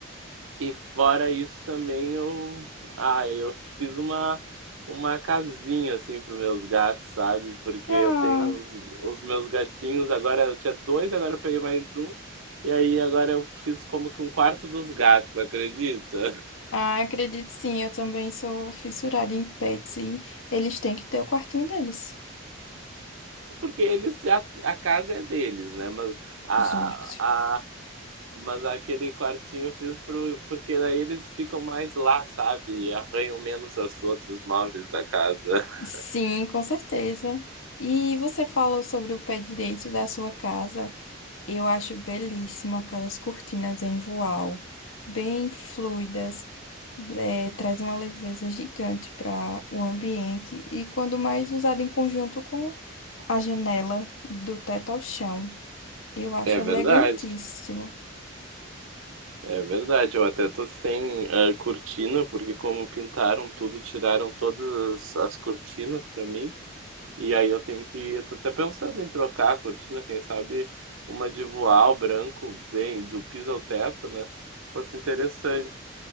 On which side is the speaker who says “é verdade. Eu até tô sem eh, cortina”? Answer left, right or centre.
Right